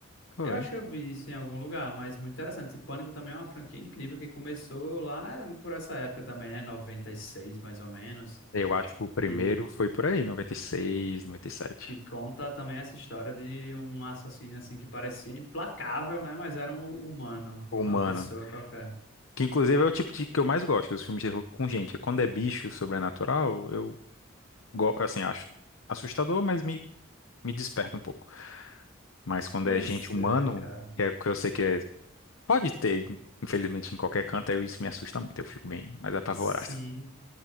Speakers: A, on the left; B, on the left.
A: Foi.
B: Eu acho que eu vi isso em algum lugar, mas muito interessante. E Pânico também é uma franquia incrível que começou lá na- por essa época também, né? noventa e seis mais ou menos,
A: Eu acho que o primeiro
B: que,
A: foi por aí, 96, 97.
B: que conta também essa história de um assassino assim que parecia implacável, né? Mas era um humano,
A: Humano.
B: uma pessoa qualquer.
A: Que inclusive é o tipo de que eu mais gosto, os filmes de terror com gente. Quando é bicho sobrenatural, eu go- assim, acho assustador, mas me, me desperta um pouco. Mas quando
B: Pois
A: é gente humano,
B: é, cara.
A: que é porque eu sei que é Pode ter, infelizmente, em qualquer canto, Eu isso me assusta muito, eu fico bem mais apavorado.
B: Sim.